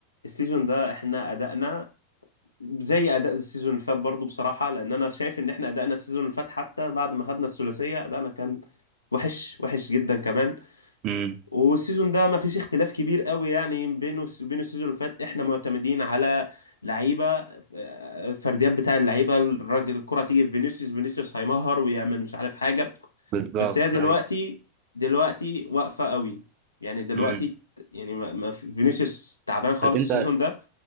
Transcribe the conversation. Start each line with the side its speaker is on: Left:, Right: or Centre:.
Left: السيزون ده احنا ادائنا زي اداء السيزون اللي فات برضه بصراحه لان انا شايف ان احنا ادائنا السيزون اللي فات حتى بعد ما خدنا الثلاثيه ادائنا كان وحش وحش جدا كمان
Right: امم
Left: والسيزون ده ما فيش اختلاف كبير قوي يعني بينه وبين السيزون اللي فات احنا معتمدين على لعيبه آه، فرديات بتاع اللعيبه الراجل الكره تيجي في فينيسيوس فينيسيوس هيمهر ويعمل مش عارف حاجه
Right: بالظبط
Left: بس هي دلوقتي
Right: ايوه
Left: دلوقتي واقفه قوي يعني دلوقتي
Right: امم
Left: يعني ما ما في- فينيسيوس تعبان خالص
Right: طب انت
Left: السيزون ده